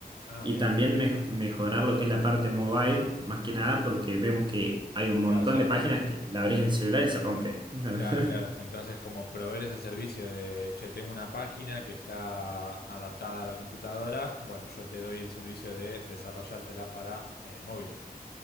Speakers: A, on the left (about 75°); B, on the right (about 30°).
A: Ah,
B: y
A: bien.
B: también mej- mejorar lo que es la parte mobile, más que nada porque vemos que hay un montón
A: Claro, o sea,
B: de páginas que la abrís en el celular y se rompe. <laughs>
A: claro, claro. Entonces, como proveer ese servicio de, che, tengo una página que está adaptada a la computadora, bueno, yo te doy el servicio de desarrollártela para eh, móviles.